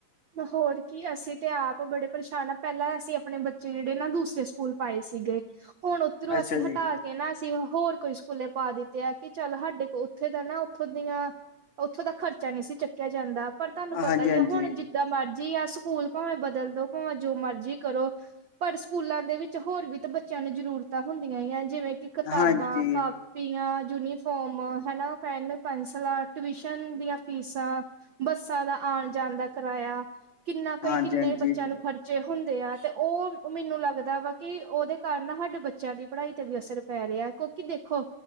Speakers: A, on the right (about 70°); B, on the left (about 65°).
A: ਹੋਰ ਕੀ ਅਸੀਂ ਤੇ ਆਪ ਬੜੇ ਪਰੇਸ਼ਾਨ ਆ ਪਹਿਲਾਂ ਅਸੀਂ ਆਪਣੇ ਬੱਚੇ ਜਿਹੜੇ ਨਾ ਦੂਸਰੇ ਸਕੂਲ, ਪਾਏ ਸੀਗੇ, ਹੁਣ ਉੱਧਰੋਂ
B: ਅੱਛਾ
A: ਅਸੀਂ
B: ਜੀ
A: ਹਟਾ ਕੇ ਨਾ ਅਸੀਂ ਹੋਰ ਕੋਈ ਸਕੂਲੇ ਪਾ ਦਿੱਤੇ ਏ। ਕਿ ਚੱਲ ਸਾਡੇ ਕੋਲ ਉੱਥੇ ਦਾ ਨਾ ਉੱਥੋਂ ਦੀਆਂ ਉੱਥੋਂ ਦਾ ਖਰਚਾ ਨੀ ਸੀ ਚੁਕਿਆ ਜਾਂਦਾ ਪਰ ਤੁਹਾਨੂੰ ਪਤਾ
B: ਹਾਂਜੀ
A: ਹੀ
B: ਹਾਂਜੀ
A: ਹੈ ਹੁਣ ਜ ਮਰਜ਼ੀ ਆ ਸਕੂਲ ਭਾਵੇਂ ਬਦਲ ਦੋ ਭਾਵੇਂ ਜੋ ਮਰਜ਼ੀ ਕਰੋ ਪਰ ਸਕੂਲਾਂ ਦੇ ਵਿੱਚ ਹੋਰ ਵੀ ਤਾਂ ਬੱਚਿਆਂ ਨੂੰ ਜਰੂਰਤਾਂ ਹੁੰਦੀਆਂ ਹੀ ਆ ਜਿਵੇਂ ਕਿ ਕਿਤਾਬਾਂ
B: ਹਾਂਜੀ
A: ਕਾਪ
B: ਹਾਂਜੀ
A: ਪੀਆਂ, ਯੂਨੀਫੋਮ ਹਨਾ ਪੈਨ, ਪੈਨਸਿਲਾਂ, ਟਿਊਸ਼ਨ ਦੀਆਂ ਫੀਸਾਂ ਬੱਸਾਂ ਦਾ ਆਉਣ ਜਾਣ ਦਾ ਕਿਰਾਇਆ ਕਿੰਨਾ ਕੁਈ
B: ਹਾਂਜੀ
A: ਕਿੰਨੇ ਬੱਚਿਆਂ
B: ਹਾਂਜੀ
A: ਨੂੰ ਖਰਚ ਉੱਚੇ ਹੁੰਦੇ ਆ ਤੇ ਉਹ ਮੈਨੂੰ ਲੱਗਦਾ ਵਾ ਕਿ ਉਹਦੇ ਕਾਰਨ ਨਾ ਸਾਡੇ ਬੱਚਿਆਂ ਦੀ ਪੜ੍ਹਾਈ ਤੇ ਵੀ ਅਸਰ ਪੈ ਰਿਹਾ ਕਿਉਂਕਿ ਦੇਖੋ